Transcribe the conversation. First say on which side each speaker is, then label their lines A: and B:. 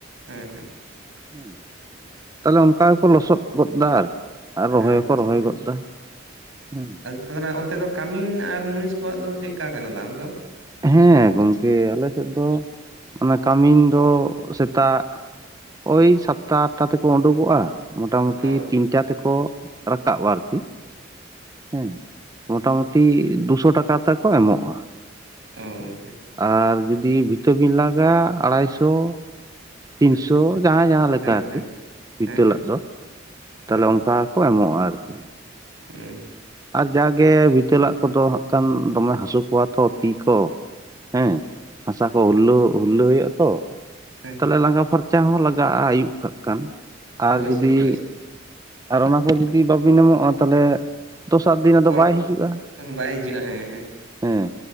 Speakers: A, on the right; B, on the right.
A: ᱦᱮᱸ ᱦᱮᱸ
B: ᱦᱮᱸ ᱛᱟᱦᱚᱞᱮ ᱚᱱᱠᱟ ᱜᱮᱠᱚ ᱞᱚᱥᱚᱫ ᱜᱚᱫ ᱫᱟ ᱟᱨᱠᱤ᱾ ᱟᱨ ᱨᱚᱦᱚᱭ
A: ᱦᱮᱸ
B: ᱦᱚᱸᱠᱚ
A: ᱟᱪᱪᱷᱟ
B: ᱨᱚᱦᱚᱭ
A: ᱟᱪᱪᱷᱟ
B: ᱜᱚᱫ ᱫᱟ ᱦᱮᱸ
A: ᱛᱟᱦᱚᱞᱮ ᱚᱱᱛᱮ ᱫᱚ ᱠᱟᱹᱢᱤᱱ ᱟᱨ ᱢᱩᱱᱤᱥ ᱠᱚᱣᱟᱜ ᱫᱚ ᱪᱮᱫ ᱠᱟ ᱠᱟᱱᱟ ᱫᱟᱢ ᱫᱚ?
B: ᱦᱮᱸ ᱜᱚᱝᱠᱮ ᱟᱞᱮ ᱥᱮᱫ ᱫᱚ ᱚᱱᱟ ᱠᱟᱹᱢᱤᱱ ᱫᱚ ᱥᱮᱛᱟᱜ ᱳᱭ ᱥᱟᱛ ᱥᱟᱛᱴᱟ ᱟᱴᱟ ᱛᱮᱠᱚ ᱩᱰᱩᱠᱚᱜᱼᱟ ᱢᱚᱴᱟᱟᱢᱩᱴᱤ
A: ᱚ
B: ᱛᱤᱱᱴᱟ ᱛᱮᱠᱚ ᱨᱟᱠᱟᱵᱼᱟ ᱟᱨᱠᱤ ᱾ ᱦᱮᱸ ᱢᱚᱴᱟᱢᱩᱴᱤ ᱫᱩᱥᱚ ᱴᱟᱠᱟ ᱛᱟᱣ ᱠᱚ ᱮᱢᱚᱜᱼᱟ ᱾
A: ᱛᱚ ᱜᱚᱝᱠᱮ
B: ᱟᱨ ᱡᱩᱫᱤ ᱵᱷᱤᱛᱟᱹᱵᱤᱱ ᱞᱟᱜᱟ ᱟᱲᱟᱭ ᱥᱚ ᱾ ᱛᱤᱱᱥᱚ
A: ᱟᱪᱪᱷᱟ ᱟᱪᱪᱷᱟ
B: ᱡᱟᱦᱟᱭᱸ ᱡᱟᱦᱟᱸ ᱞᱮᱠᱟ
A: ᱦᱮᱸ
B: ᱟᱨᱠᱤ
A: ᱦᱮᱸ
B: ᱵᱷᱤᱛᱟᱹ
A: ᱦᱮᱸ ᱦᱮᱸ
B: ᱞᱟᱜ ᱫᱚ ᱾ ᱛᱟᱦᱞᱮ
A: ᱦᱮᱸ
B: ᱚᱱᱠᱟ ᱠᱚ ᱮᱢᱚᱜᱼᱟ ᱟᱨᱠᱤ ᱾
A: ᱦᱮᱸ <inaudible>
B: ᱟᱨ ᱡᱟ ᱜᱮ ᱵᱷᱤᱴᱟᱹᱞᱟᱜ ᱠᱚᱫᱚ ᱦᱟᱸᱜ ᱠᱷᱟᱱ ᱫᱚᱢᱮ ᱦᱟᱹᱥᱩ ᱠᱚᱣᱟ ᱛᱚ ᱛᱤ ᱠᱚ ᱾ ᱦᱮᱸ ᱦᱟᱥᱟ ᱠᱚ ᱦᱩᱨᱞᱟᱹ ᱦᱩᱭᱩᱜ ᱟ ᱛᱚ ᱾
A: ᱦᱮᱸ ᱾
B: ᱛᱚ ᱞᱟᱸᱜᱟ ᱯᱷᱟᱨᱪᱟ ᱦᱚᱸ ᱞᱟᱜᱟᱜᱼᱟ ᱟᱹᱭᱩᱵ ᱠᱟᱜ ᱠᱷᱟᱱ ᱟᱨ
A: ᱚᱵᱚᱥᱥᱳᱭ
B: ᱡᱩᱫᱤ
A: ᱚᱵᱚᱥᱥᱳᱭ
B: ᱟᱨ ᱚᱱᱟ ᱠᱚ ᱡᱩᱫᱤ ᱵᱟᱵᱤᱱ ᱮᱢᱚᱜᱼᱟ ᱛᱟᱦᱚᱞᱮ ᱫᱚᱥᱟᱨ ᱫᱤᱱ ᱟᱫᱚ
A: ᱯᱚᱨᱟ
B: ᱵᱟᱭ ᱦᱤᱡᱩᱜᱼᱟ
A: ᱵᱟᱭ ᱦᱤᱡᱩᱜᱼᱟ
B: ᱾
A: ᱦᱮᱸ ᱦᱮᱸ
B: ᱦᱮᱸ